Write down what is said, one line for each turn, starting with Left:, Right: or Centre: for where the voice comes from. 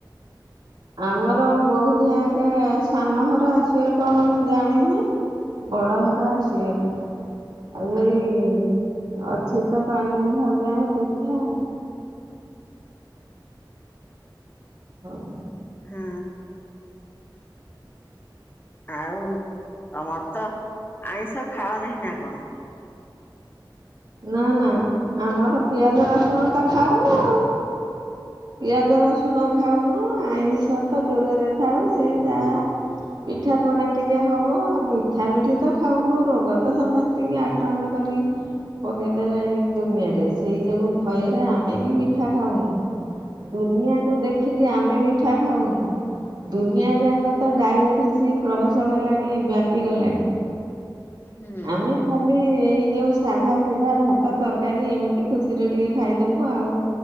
Right: ଆମର ବହୁ ଦିହାଙ୍କେ ସାନ ହର ଆସିବେ କଣ ମୁଁ ଜାଣିନି। ବଡ ଘର ଆସିବେନି ଆଉ ଏଇ ଅଛି। ତ ପାଣି ମୁଁହ ଯାଏଁ ଦେଖିଆ। ହଉ।
Left: ହୁଁ। ଆଉ ତମର ତ ଆଇଁଷ ଖାଅ ନାହିଁ ନା କଣ?
Right: ନା ନା ଆମର ପିଆଜ ରସୁଣ ତ ଖାଉନୁ ଆଉ। ପିଆଜ ରସୁଣ ଖାଉନୁ ଆଇଁଷ ତ ଦୂରରେ ଥାଉ ସେଇ ଯାହା ପିଠାପଣା ଟିକେ ହବ ଆଉ ମିଠା ମିଠି ତ ଖାଉନୁ ରୋଗ ତ ସମସ୍ତିଙ୍କି ଆକ୍ରାନ୍ତ କରି ପକେଇଦେଲେଣି ଦୁନିଆରେ ସେଇ ଯୋଗୁ ଭୟରେ ଆମେ ବି ମିଠା ଖାଉନୁ। ଦୁନିଆକୁ ଦେଖିକି ଆମେ ମିଠା ଖାଉନୁ। ଦୁନିଆ ଯାକ ତ ଡାଇବେଟିସ୍ ପ୍ରବେଶ କଲାଣି ବ୍ୟାପି ଗଲାଣି।
Left: ହୁଁ
Right: ଆମେ ଖାଲି ଏଇ ଯୋଉ ସାଧା ସିଧା ଭାତ ତରକାରୀ ଏମିତି ଖୁସିରେ ଟିକେ ଖାଇଦବୁ ଆଉ।